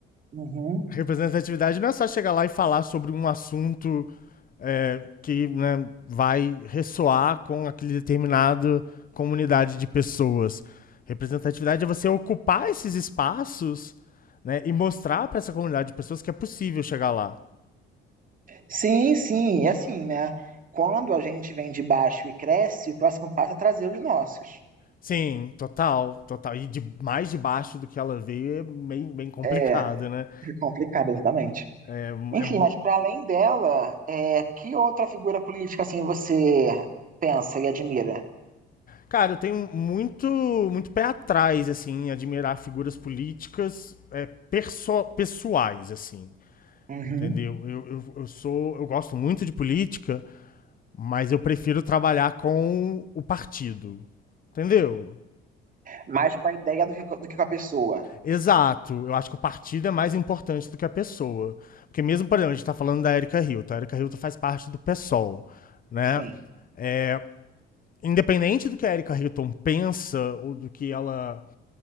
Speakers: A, on the right; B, on the left.
A: Uhum.
B: Representatividade não é só chegar lá e falar sobre um assunto é, que né, vai ressoar com aquele determinado comunidade de pessoas. Representatividade é você ocupar esses espaços né, e mostrar para essa comunidade de pessoas que é possível chegar lá.
A: Sim, sim, e assim, né? Quando a gente vem de baixo e cresce, o próximo passo é trazer os nossos.
B: Sim, total, total. E de mais de baixo do que ela veio é bem, bem complicado,
A: É.
B: né?
A: É complicado, exatamente.
B: É,
A: Enfim,
B: é,
A: mas para além dela, é, que outra figura política assim você pensa e admira?
B: Cara, eu tenho muito, muito pé atrás, assim, em admirar figuras políticas é, perso- pessoais, assim.
A: Uhum.
B: Entendeu? Eu, eu, eu sou. Eu gosto muito de política, mas eu prefiro trabalhar com o partido. Entendeu?
A: Mais com a ideia do que, do que com a pessoa.
B: Exato. Eu acho que o partido é mais importante do que a pessoa. Porque mesmo, por exemplo, a gente está falando da Erika Hilton. A Erika Hilton faz parte do PSOL, né?
A: Sim.
B: É, independente do que a Erika Hilton pensa ou do que ela